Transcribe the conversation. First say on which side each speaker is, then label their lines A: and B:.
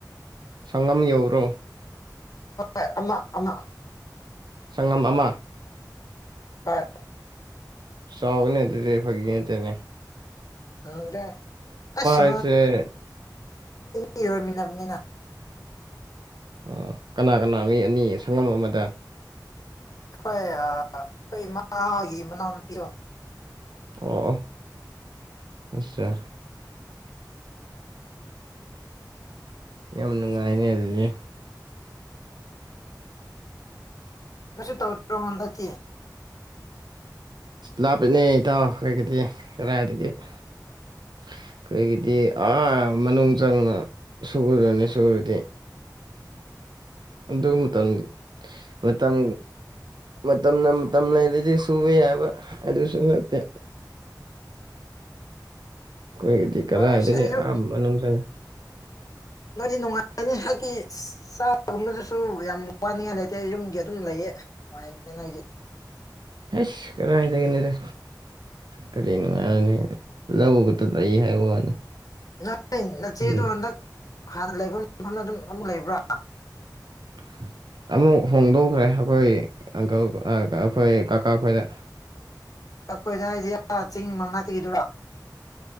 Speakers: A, on the right (about 80°); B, on the left (about 50°).
A: ꯁꯉꯝ ꯌꯧꯔꯣ
B: ꯑ ꯑꯃ
A: ꯁꯪꯉꯝ ꯑꯃ
B: ꯑ
A: ꯁꯥꯎꯅꯦ ꯑꯗꯨꯔ ꯐꯒ ꯇꯅꯦ
B: ꯎꯝꯗ ꯑꯁ
A: ꯍꯥꯏꯁꯦ
B: ꯁꯨꯔꯣꯏꯃꯤꯟꯅꯕꯅꯤꯅ
A: ꯑ ꯀꯅꯥ ꯀꯅꯥ ꯃꯤ ꯑꯅꯤ ꯁꯪꯉꯝ ꯑꯃꯗ
B: ꯑꯩꯈꯣꯏ ꯑꯩꯈꯣꯏ ꯏꯃꯥꯒꯤ ꯃꯅꯥꯛꯇꯤꯔꯣ
A: ꯑꯣ ꯑꯆꯥ ꯌꯥꯝꯅ ꯉꯥꯏꯅꯦꯗꯤ
B: ꯉꯁ ꯇꯧꯗꯨ ꯃꯥꯟꯗꯗꯤ
A: ꯂꯥꯞꯄꯅꯦ ꯏꯇꯥꯎ ꯑꯩꯩꯒꯤꯗꯤ ꯀꯗꯥꯥꯏꯗꯒꯤ ꯑꯩꯈꯣꯏꯒꯤꯗꯤ ꯑꯥ ꯃꯅꯨꯡ ꯆꯪꯅ ꯁꯨꯔꯅꯤ ꯁꯨꯔꯗꯤ ꯑꯗꯨ ꯃꯇꯝ ꯃꯇꯝ ꯃꯇꯝꯅ ꯃꯇꯝ ꯂꯩꯔꯗꯤ ꯁꯨꯕ ꯌꯥꯕ ꯑꯗꯨꯁꯨ ꯅꯠꯇꯦ ꯑꯩꯈꯣꯏꯒꯤꯗꯤ ꯀꯗꯥꯥꯏꯗꯒꯤ
B: ꯍꯣꯏ ꯑꯁ ꯑꯩꯁꯨ
A: ꯑꯍ ꯃꯅꯨꯡ ꯆꯪꯉ
B: ꯅꯣꯏꯗꯤ ꯅꯨꯡꯉꯥꯏꯔꯅꯤ ꯍꯥꯏꯗꯤ ꯆꯥꯕꯒꯨꯝꯕꯗꯨꯁꯨ ꯌꯥꯝ ꯋꯥꯅꯤꯡꯉꯥꯏ ꯂꯩꯇꯦ ꯌꯨꯝꯒꯤ ꯑꯗꯨꯝ ꯂꯩꯌꯦ ꯅꯨꯡꯉꯥꯏꯅꯦ ꯅ ꯍꯥꯏꯗꯤ
A: ꯍꯁ ꯀꯔ ꯍꯥꯏꯗꯒꯦꯗꯔ ꯀꯔꯤꯅꯅꯨꯡꯉꯅꯤ ꯂꯧꯧꯕꯒ ꯍꯥꯏ ꯋꯥ ꯋꯥꯅꯤ
B: ꯅꯣꯏ ꯅꯆꯦꯗꯣ
A: ꯎꯝ
B: ꯍꯟꯗꯛ ꯍꯥꯟꯅ ꯂꯩꯕ ꯃꯐꯝꯗ ꯑꯗꯨꯝ ꯑꯃꯨꯛ ꯂꯩꯕ꯭ꯔꯥ
A: <unintelligible> ꯑꯃꯨꯛ ꯍꯣꯡꯗꯣꯛꯈ꯭ꯔꯦ ꯑꯩꯈꯣꯏ ꯑꯪꯀꯜ ꯑꯩꯈꯣꯏ ꯀꯀꯥ ꯈꯣꯏꯗ
B: ꯑꯩꯈꯣꯏꯗ ꯍꯥꯏꯗꯤꯌꯥ ꯆꯤꯡ ꯃꯅꯥꯛꯇꯒꯤꯗꯨꯔꯥ